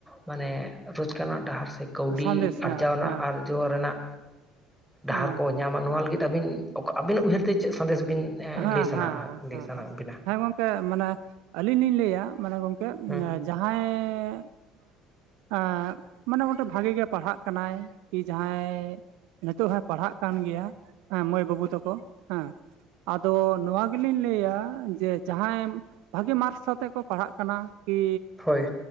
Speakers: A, in the centre; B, on the right.
A: ᱢᱟᱱᱮ ᱨᱳᱡᱽᱠᱟᱨ ᱰᱟᱦᱟᱨ ᱥᱮ ᱠᱟᱹᱣᱰᱤ
B: ᱥᱟᱸᱫᱮᱥ
A: ᱟᱨᱡᱟᱣ
B: ᱦᱮᱸ
A: ᱨᱮᱱᱟᱜ
B: ᱦᱮᱸ
A: ᱟᱨ ᱡᱚ ᱨᱮᱱᱟᱜ ᱰᱟᱦᱟᱨ
B: ᱚ
A: ᱠᱚ ᱧᱟᱢᱟ ᱱᱚᱣᱟ ᱞᱟᱹᱜᱤᱫ ᱟᱹᱵᱤᱱ ᱟᱹᱵᱤᱱᱟᱜ ᱩᱭᱦᱟᱹᱨᱛᱮ ᱪᱮᱫ ᱥᱟᱸᱫᱮᱥ ᱵᱤᱱ
B: ᱦᱮᱸ
A: ᱞᱟᱹᱭ ᱥᱟᱱᱟᱼᱟ
B: ᱦᱮᱸ
A: ᱞᱟᱹᱭ
B: ᱦᱮᱸᱮᱸ
A: ᱥᱟᱱᱟ ᱵᱤᱱᱟ
B: ᱦᱮᱸ ᱜᱚᱝᱠᱮ ᱢᱟᱱᱮ ᱟᱞᱤᱧ ᱞᱤᱧ ᱞᱟᱹᱭᱟ ᱢᱟᱱᱮ ᱜᱚᱝᱠᱮ᱾
A: ᱦᱮᱸ
B: ᱡᱟᱦᱟᱸᱭ ᱮᱸᱻ ᱢᱟᱱᱮ ᱜᱚᱴᱮᱱ ᱵᱷᱟᱜᱤ ᱜᱮ ᱯᱟᱲᱦᱟᱜ ᱠᱟᱱᱟᱭ ᱠᱤ ᱡᱟᱦᱟᱸᱭ ᱱᱤᱛᱚᱜ ᱦᱚᱸ ᱯᱟᱲᱦᱟᱜ ᱠᱟᱱ ᱜᱮᱭᱟ ᱦᱮᱸ ᱢᱟᱹᱭ ᱵᱟᱹᱵᱩ ᱛᱟᱠᱚ ᱦᱮᱸ᱾ ᱟᱫᱚ ᱱᱚᱣᱟ ᱜᱮᱞᱤᱧ ᱞᱟᱹᱭᱟ ᱡᱮ ᱡᱟᱦᱟᱸᱭ ᱵᱷᱟᱜᱮ ᱢᱟᱨᱠᱥ ᱥᱟᱛᱮᱜ ᱠᱚ ᱯᱟᱲᱦᱟᱜ ᱠᱟᱱᱟ᱾ ᱠᱤ
A: ᱦᱳᱭ